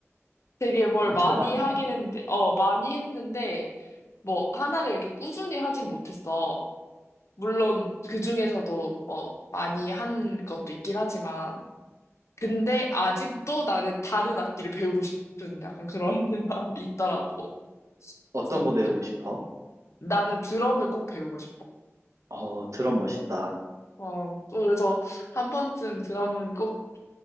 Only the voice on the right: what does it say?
엄청
많이
했네.
어떤
거 배우고 싶어?
어, 드럼 멋있다.